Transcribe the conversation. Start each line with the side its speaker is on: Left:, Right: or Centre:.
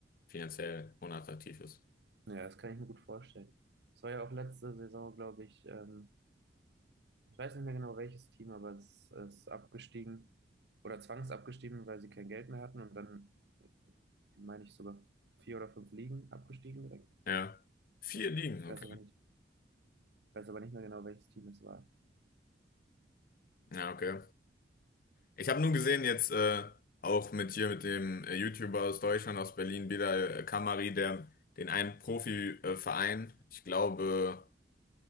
Left: finanziell unattraktiv ist.
Right: Ja, das kann ich mir gut vorstellen. Es war ja auch letzte Saison, glaube ich, ähm, ich weiß nicht mehr genau welches Team, aber es ist abgestiegen oder zwangsabgestiegen, weil sie kein Geld mehr hatten und dann, meine ich, sogar vier oder fünf Ligen abgestiegen direkt.
Left: Ja. Vier Ligen,
Right: Ich
Left: okay.
Right: weiß aber nicht, ich weiß aber nicht mehr genau, welches Team es war.
Left: Ja, okay. Ich habe nur gesehen jetzt äh, auch mit hier mit dem äh, YouTuber aus Deutschland, aus Berlin, Bilal äh, Kamari, der den einen Profiverein, äh, Verein, ich glaube